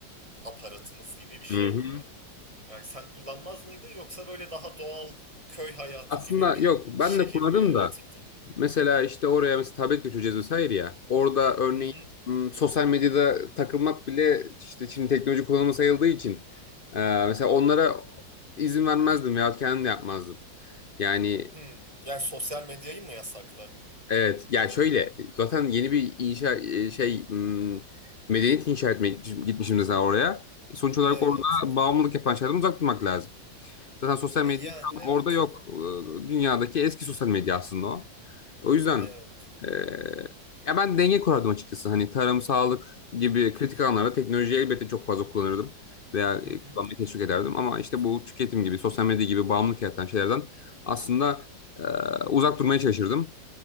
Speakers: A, on the right; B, on the left.
A: aparatımız gibi bir şey
B: Hı hı.
A: oluyor. Yani sen kullanmaz mıydın yoksa böyle daha doğal köy hayatı
B: Aslında
A: gibi bir
B: yok ben
A: şehir
B: de kurarım
A: mi yaratırdın?
B: da mesela işte oraya mesela tablet götüreceğiz vesaire ya. Orada örneğin
A: <laughs>
B: m, sosyal medyada takılmak bile işte şimdi teknoloji kullanımı sayıldığı için e, mesela onlara izin vermezdim veyahut kendim de yapmazdım. Yani
A: Hmm, yani sosyal medyayı mı yasaklardın?
B: evet ya şöyle zaten yeni bir inşa e, şey m, medeniyet inşa etmeye gitmişim mesela oraya. Sonuç olarak
A: Evet.
B: orada bağımlılık yapan şeylerden uzak durmak lazım. Zaten sosyal
A: E,
B: medya
A: yani
B: şu
A: evet.
B: an orada yok. Ee, Dünyadaki eski sosyal medya aslında o. O yüzden
A: Evet.
B: e, ya ben denge kurardım açıkçası. Hani tarım, sağlık gibi kritik alanlarda teknolojiyi elbette çok fazla kullanırdım veya e,
A: Hı hı.
B: kullanmayı teşvik ederdim. Ama işte bu tüketim gibi, sosyal medya gibi bağımlılık yaratan şeylerden aslında e, uzak durmaya çalışırdım.